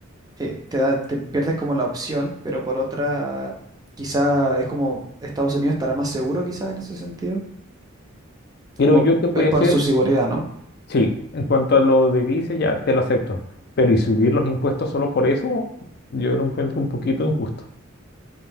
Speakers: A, on the right; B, on the left.
A: eh, te da, te pierdes como la opción, pero por otra quizá es como Estados Unidos estará más seguro quizás en ese sentido,
B: Creo
A: como
B: yo que puede
A: es por
B: ser,
A: su seguridad, ¿no?
B: sí, en cuanto a lo de vice ya te lo acepto, pero y subir los impuestos solo por eso, yo lo encuentro un poquito injusto.